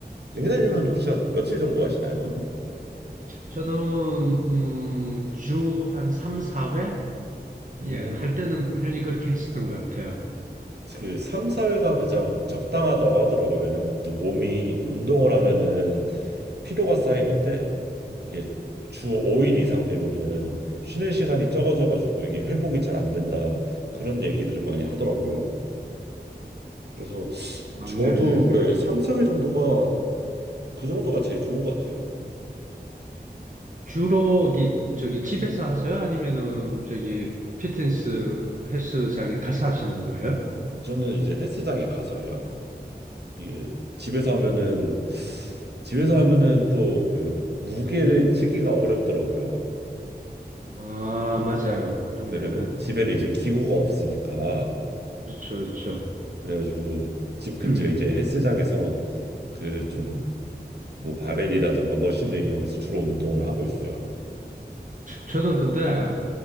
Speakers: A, on the right (about 75°); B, on the right (about 50°).
A: 링크드님은 혹시 한 며칠 정도 하시나요?
B: 저는 음, 주 한 3, 4회?
A: 음,
B: 예, 할 때는 꾸준히 그렇게 했었던 것 같아요.
A: 그 3, 4회가 가장 적당하다고 하더라고요. 왜냐면 또 몸이 운동을 하면은 피로가 쌓이는데 이게 주 5일 이상 되면은 쉬는 시간이 적어져가지고 이게 회복이 잘 안 된다. 그런 얘기들을 많이 하더라고요. 그래서
B: 아,
A: 저도
B: 네네. 그렇죠.
A: 예, 3, 4회 정도가 그 정도가 제일 좋은 것 같아요.
B: 주로 어디, 저기 집에서 하세요? 아니면은 저기 피트니스 헬스장에 가서 하시는 거예요?
A: 저는 이제 헬스장에 가서 해요. 이게 집에서 하면은 집에서 하면은 또 그 무게를 치기가 어렵더라고요.
B: 아, 맞아요. 그렇네.
A: 왜냐면 집에는 이제 기구가 없으니까
B: 그렇죠, 그렇죠.
A: 그래가지고 집 근처
B: <clears throat>
A: 이제 헬스장에서 그 좀 뭐 바벨이라던가 머신을 이용해서 주로 운동을 하고 있어요.
B: 저는 근데